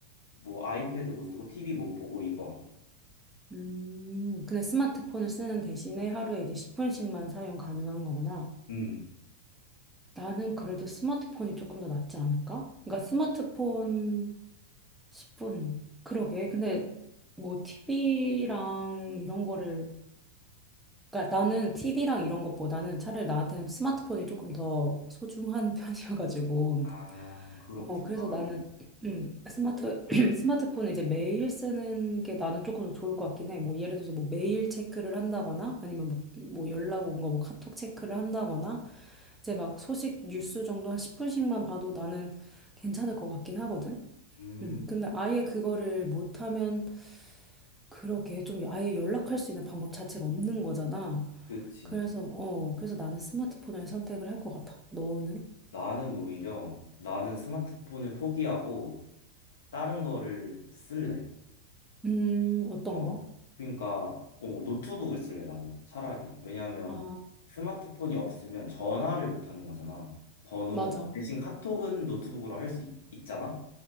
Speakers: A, on the left (about 60°); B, in the centre.
A: 뭐 아이패드 못 쓰고 TV 못 보고 이거.
B: 음, 그냥 스마트폰을 쓰는 대신에 하루에 이제 10분씩만 사용 가능한 거구나.
A: 음.
B: 나는 그래도 스마트폰이 조금 더 낫지 않을까? 그러니까 스마트폰 10분. 그러게. 근데 뭐 TV랑 이런 거를 그러니까 나는 티비랑 이런 것보다는 차라리 나한테는 스마트폰이 조금 더 소중한 <laughs> 편이어가지고
A: 아, 그렇구나.
B: 어 그래서 나는 음 스마트 <clears throat> 스마트폰을 이제 매일 쓰는 게 나는 조금 더 좋을 것 같긴 해. 뭐 예를 들어서 뭐 메일 체크를 한다거나 아니면 뭐, 뭐 연락 온 거 뭐 카톡 체크를 한다거나 이제 막 소식 뉴스 정도 한 10분씩만 봐도 나는 괜찮을 것 같긴 하거든.
A: 음,
B: 음 근데 아예 그거를 못하면 그렇게 좀 아예 연락할 수 있는 방법 자체가 없는 거잖아.
A: 그치.
B: 그래서, 어, 그래서 나는 스마트폰을 선택을 할 것 같아. 너는?
A: 나는 오히려 나는 스마트폰을 포기하고 다른 거를 쓸래.
B: 음, 어떤
A: 어.
B: 거?
A: 그러니까 어, 노트북을 쓸래 나는 차라리. 왜냐하면
B: 아,
A: 스마트폰이 없으면 전화를 못 하는 거잖아. 번호
B: 맞아.
A: 대신 카톡은 노트북으로 할 수 있잖아.